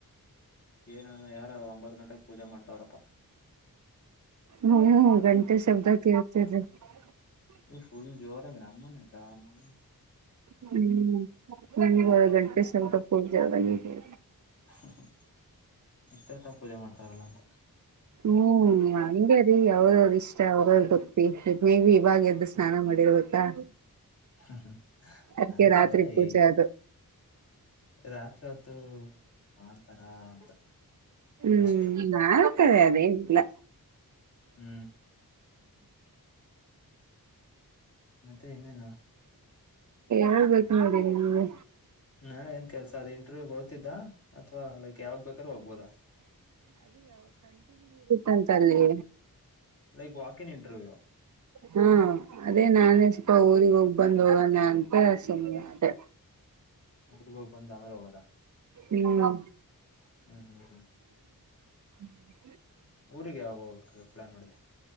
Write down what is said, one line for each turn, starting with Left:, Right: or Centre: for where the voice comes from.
Left: ಏನ್ ಹೇಳ ಯಾರೋ ಒಂಬತ್ತು ಗಂಟೆಗೆ ಪೂಜೆ ಮಾಡ್ತಾವ್ರಪ್ಪಾ.
Right: ಹೂ ಗಂಟೆ ಶಬ್ದಕ್ಕೆ ಕೇಳ್ತು. ಸರಿ. <unintelligible>
Left: ಫುಲ್ ಜೋರಾಗ ನಮ್ಮನಗ ನಮ್ಮ.
Right: ಹೂ ಹೂ. ಏಳು ಗಂಟೇಗೆ ಶಕ ಪೂಜಾ ಅಂದಂಗೆ
Left: ಹುಹು ಈಸ್ಟ್ ಹೊತ್ತು ಪೂಜೆ ಮಾಡ್ತಾರಲ್ಲ ಅಂತ.
Right: ಹ್ಮ್ ಹಂಗೆ ಅವ್ರವ್ರ ಇಷ್ಟ ಅವ್ರವ ಭಕ್ತಿ ಮೇ ಬಿ ಇವಾಗ ಎದ್ದು ಸ್ನಾನ ಮಾಡಿರ್ಬೇಕಾ.
Left: ಹೂ ಹೂ.
Right: ಅದಕ್ಕೆ
Left: ಹಾ
Right: ರಾತ್ರಿ ಪೂಜೆ
Left: ಹೇ
Right: ಅದು
Left: ರಾತ್ರಿ ಹೊತ್ತು ಮಾಡ್ತಾರ ಅಂತ
Right: ಹ್ಮ್
Left: ಅಷ್ಟೆ.
Right: ಮಾಡ್ತಾರೆ ಅದೇನಿಲ್ಲ
Left: ಹೂ ಮತ್ತ ಇನ್ನೇನು.
Right: ಹಳ್ಬೇಕು ನೋಡಿ ನೀವು
Left: ನಾಳೆ ಏನ್ ಕೆಲ್ಸ ಅದು ಇಂಟರ್ವ್ಯೂ ಓದ್ತಿದ್ದ. ಅಥವಾ ಲೈಕ್ ಯಾವಾಗ ಬೇಕಾರ ಹೋಗ್ಬೋದಾ.
Right: ಅಂತಲ್ಲಿ
Left: ಲೈಕ್ ವಾಕಿನ್ ಇಂಟರ್ವ್ಯೂ
Right: ಹಾ. ಅದೇ ನಾನೇ ಸ್ವಲ್ಪ ಊರಿಗೆ ಹೋಗಿ ಬಂದ್ ಹೋಗೋಣ ಅಂತ ಸುಮ್ನ ಅದೇ.
Left: ಊರಿಗ್ ಹೋಗಿ ಬಂದ ಆಮೇಲೆ ಹೋಗದ.
Right: ಹ್ಮ್.
Left: ಹ್ಮ್ ಹ್ಮ್ ಹ್ಮ್.
Right: ಹ್ಮ.
Left: ಊರಿಗೆ ಯಾವಾಗ ಹೋಗಕ್ ಪ್ಲಾನ್ ಮಾಡಿದೆ